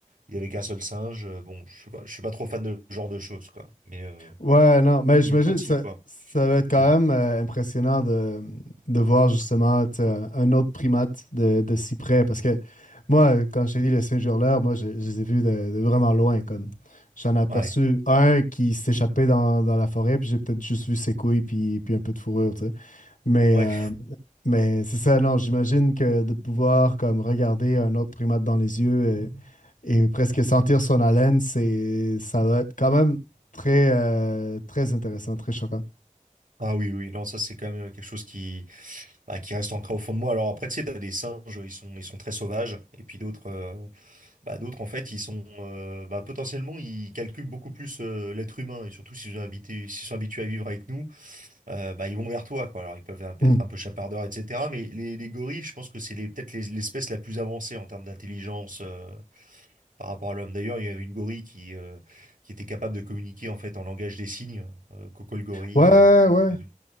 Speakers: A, on the right (about 80°); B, on the left (about 75°).
A: y avait qu'un seul singe. euh, Bon, je suis pas, je suis pas trop fan de ce genre de choses, quoi. Mais euh,
B: Ouais, non, mais
A: il
B: j'imagine
A: est gentil,
B: que ça,
A: quoi.
B: ça va être quand
A: Mm.
B: même euh, impressionnant de, de voir justement tu sais, un un autre primate de, de si près. Parce que moi, quand je t'ai dit les Saint-Hurleurs, moi, je, je les ai vus de, de vraiment loin. Comme. J'en ai aperçu
A: Ouais,
B: un qui s'échappait dans, dans la forêt, puis j'ai peut-être juste vu ses couilles, puis, puis un peu de fourrure. tu sais. Mais,
A: ouais.
B: euh, mais c'est ça, non, j'imagine que de pouvoir comme regarder un autre primate dans les yeux et, et presque sentir son haleine, c'est, ça doit être quand même très, euh, très intéressant, très choquant.
A: Ah oui, oui. Non, ça c'est quand même euh, quelque chose qui bah, qui reste ancré au fond de moi. Alors après, tu sais, t'as des singes, ils sont, ils sont très sauvages, et puis d'autres, euh, bah, d'autres en fait, ils sont, euh, bah, potentiellement, ils calculent beaucoup plus euh, l'être humain, et surtout s'ils sont habitués, s'ils sont habitués à vivre avec nous, euh, bah, ils vont vers toi, quoi. Alors ils peuvent être
B: Mm.
A: un peu chapardeurs, etc. Mais les, les gorilles, je pense que c'est les, peut-être les- l'espèce la plus avancée en termes d'intelligence. euh, par rapport à l'homme. D'ailleurs, il y avait une gorille qui, euh, qui était capable de communiquer en fait en langage des signes, euh, Coco le gorille
B: Ouais,
A: euh, aux
B: ouais.
A: États-Unis.